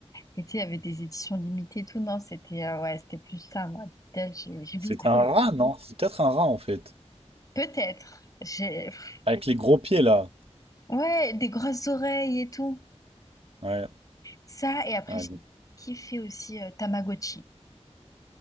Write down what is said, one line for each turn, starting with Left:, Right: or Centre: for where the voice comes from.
Left: Et tu sais, il y avait des éditions limitées, et tout, non, c'était euh, ouais, c'était plus ça, moi, Beatles, j'ai j'ai <laughs> beaucoup
Right: C'est un
Left: aimé.
Right: rat, non? C'est peut-être un rat, en fait.
Left: Peut-être, j'ai, pff,
Right: Avec les gros pieds, là.
Left: ouais, des grosses oreilles et tout.
Right: Ouais.
Left: Ça, et après
Right: Ah,
Left: j'ai kiffé aussi euh, Tamagotchi.